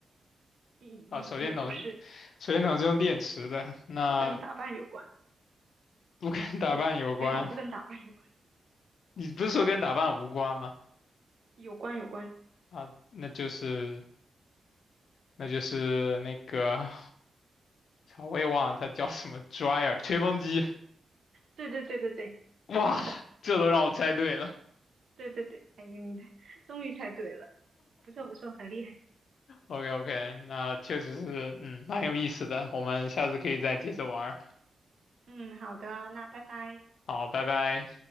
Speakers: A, on the right; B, on the left.
A: 也也也不是，
B: 啊，手电筒是手电筒是用电池的，那
A: 不跟打扮有关，
B: 不跟打扮有关。
A: 这个手电筒不跟打扮有关，
B: 你不是说跟打扮无关吗？
A: 有关有关，
B: 啊，那就是那就是那个，操，我也忘了它叫什么 dryer 吹风机。
A: 对对对对对，
B: 哇，
A: 是的，
B: 这都让我猜对了。
A: 对对对，哎，你终于猜对了，不错不错，很厉害，
B: OK OK，那确实是，嗯，蛮有意思的。我们下次可以再接着玩儿
A: 嗯，好的，那拜拜。
B: 好，拜拜。